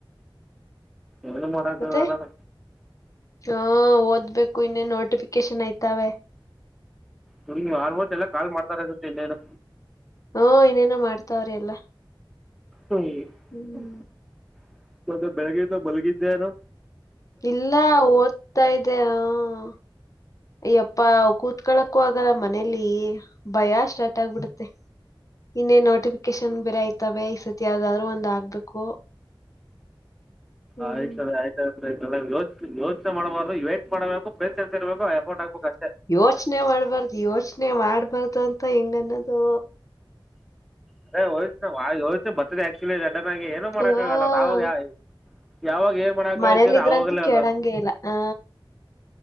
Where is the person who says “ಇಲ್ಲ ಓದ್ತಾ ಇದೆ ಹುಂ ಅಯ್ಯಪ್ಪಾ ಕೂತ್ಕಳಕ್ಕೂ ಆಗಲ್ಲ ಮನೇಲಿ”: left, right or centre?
Left